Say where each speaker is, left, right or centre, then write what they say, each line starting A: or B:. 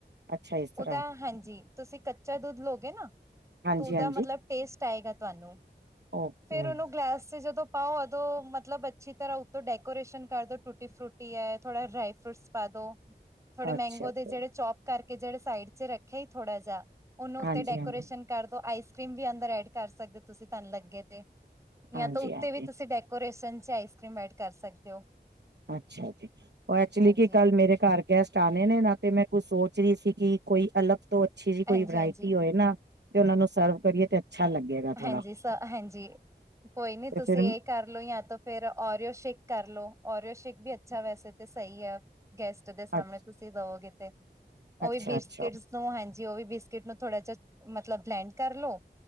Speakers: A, on the right; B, on the right.
A: ਅੱਛਾ ਇਸ ਤਰ੍ਹਾਂ
B: ਉਹਦਾ ਹਾਂਜੀ, ਤੁਸੀਂ ਕੱਚਾ ਦੁੱਧ ਲਗੇ ਨਾਂ
A: ਹਾਂਜੀ
B: ਤ ਉਹਦਾ
A: ਹਾਂਜੀ
B: ਮਤਲਬ ਟੇਸਟ ਆਏਗਾ ਤੁਹਾਨੂੰ,
A: ਓਕੇ
B: ਫੇਰ ਉਹਨੂੰ ਗਲਾਸ ਚ ਜਦੋਂ ਪਾਓ ਉਦੋਂ ਮਤਲਬ ਅੱਛੀ ਤਰ੍ਹਾਂ ਉੱਪਰ ਡੈਕੋਰੇਸ਼ਨ ਕਰਦੋ ਟੁੱਟੀ ਫਰੂਟੀ ਐ ਥੋੜਾ ਡਰਾਈ ਫਰੂਟਸ ਪਾ ਦੋ। ਥੋੜੇ ਮੈਂਗੋ
A: ਅੱਛਾ ਅੱਛਾ
B: ਦੇ ਜਿਹੜੇ ਚੌਪ ਕਰਕੇ ਜਿਹੜੇ ਸਾਈਡ ਚ ਰੱਖਿਆ ਹੀ ਥੋੜਾ ਜਿਆ ਉਹਨੂੰ ਉੱਤੇ
A: ਹਾਂਜੀ
B: ਡੈਕੋਰੇਸ਼ਨ
A: ਹਾਂਜੀ
B: ਕਰਦੋ ਆਈਸ ਕਰ੍ਰੀਮ ਵੀ ਅੰਦਰ ਐਡ ਕਰ ਸਕਦੇ ਤੁਸੀਂ ਤੈਨੂੰ ਲੱਗੇ ਤੇ ਜਾਂ
A: ਹਾਂਜੀ
B: ਤਾਂ ਉੱਤੇ
A: ਹਾਂਜੀ
B: ਵੀ ਤੁਸੀਂ ਡੇਕ ਕੋਰੇਸਨ ਚ ਆਈਸ ਕਰ੍ਰੀਮ ਐਡ ਕਰ ਸਕਦੇ ਔ।
A: ਅੱਛਾ ਜੀ, ਉਹ ਐਕਚੁਲੀ
B: ਹਾਂਜੀ
A: ਕੀ ਕੱਲ ਮੇਰੇ ਘਰ ਗੈਸਟ ਆਣੇ ਨੇਂ ਨਾ ਤੇ ਮੈਂ ਕੁਝ ਸੋਚ ਰਹੀ ਸੀ ਕਿ ਕੋਈ ਅਲਗ ਤੋਂ ਅੱਛੀ ਜਿਹੀ
B: ਹਾਂਜੀ
A: ਕੋਈ ਵਰਾਇਟੀ
B: ਹਾਂਜੀ
A: ਹੋਏ ਨਾਂ ਤੇ ਉਹਨਾਂ ਨੂੰ ਸਰਵ ਕਰੀਏ ਤੇ ਅੱਛਾ ਲੱਗੇਗਾ। ਥੋੜਾ
B: ਹਾਂਜੀ ਸ ਹਾਂਜੀ ਕੋਈ ਨੀਂ
A: ਤੇ
B: ਤੁਸੀਂ
A: ਫਿਰ
B: ਇਹ ਕਰ ਲ ਲੋ ਯਾ ਤਾਂ ਫਿਰ ਓਰੀਓ ਸ਼ੇਕ ਕਰ ਲੋ ਓਰੀਓ ਸ਼ੇਕ ਵੀ ਅੱਛਾ ਵੈਸੇ ਤਾਂ ਸਹੀ ਐ। ਗੈਸਟ ਦੇ ਸਾਹਮਣੇ
A: ਅੱਛ
B: ਤੁਸੀਂ ਦਵੋਗੇ ਤੇ ਉਹ
A: ਅੱਛਾ
B: ਵੀ ਬਿਸਕਿਟ
A: ਅੱਛਾ
B: ਹਾਂਜੀ ਉਹ ਵੀ ਬਿਸਕਿਟ ਨੂੰ ਥੋੜਾ ਜਿਹਾ ਮਤਲਬ ਬਲੈਂਡ ਕਰ ਲੋੋ